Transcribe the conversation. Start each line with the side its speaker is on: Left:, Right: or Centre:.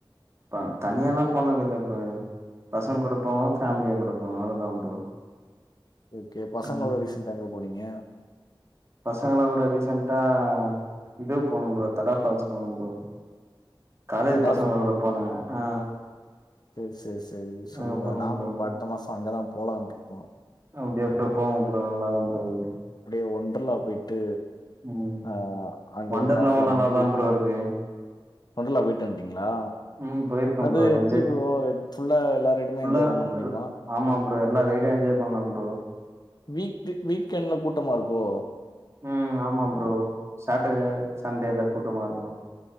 Right: ப தனியால்லா போனதில்ல ப்ரோ. பசங் கூட போவோ ஃபேமிலியா கூட போவோ அவ்ளதா ப்ரோ.
Left: ஓகே பசங்ளோட
Right: ம்
Left: ரீசென்டா எங்க போனீங்க?
Right: பசங்களா கூட ரீசென்டா இது போனோம் ப்ரோ தடா ஃபால்ஸ் போனோம் ப்ரோ. காலேஜ்
Left: தடா
Right: பசங்ளோட போனே ஆ
Left: சேர் சேர் சேரி சொல்லுங்க
Right: அங்க போனோ
Left: நாங்குளு
Right: ப்ரோ
Left: இப்ப அடுத்த மாசோ அங்கதா போலான்ட்ருக்கோ.
Right: அப்டியா ப்ரோ போங்க ப்ரோ நல்லா தா ப்ரோ இருக்கு.
Left: அப்டியே ஒன்றல்லா போயிட்டு
Right: ம்
Left: ஆ அங்க
Right: வண்டர்லாவு
Left: ஒரு நாள் ஃபுல்லா
Right: நல்லாதா
Left: ஒன்றல்லு
Right: ப்ரோ இருக்கு
Left: ஒன்றலா போயிட்டு வந்டிங்ளா?
Right: ம் போயிருக்கே
Left: அது
Right: ப்ரோ
Left: எப்படி
Right: என்ஜாய்
Left: ப்ரோ ஃபுல்லா எல்லா ரெய்டுமே
Right: ஃபுல்லா
Left: என்ஜாய் பண்ண முடியுமா
Right: ஆமா ப்ரோ எல்லா ரெய்டு என்ஜாய் பண்லா ப்ரோ
Left: வீக் வீக்கெண்ட்ல கூட்டமா இருக்கோ
Right: ம் ஆமா ப்ரோ சாட்டர்டே சண்டேல கூட்டமா இருக்கு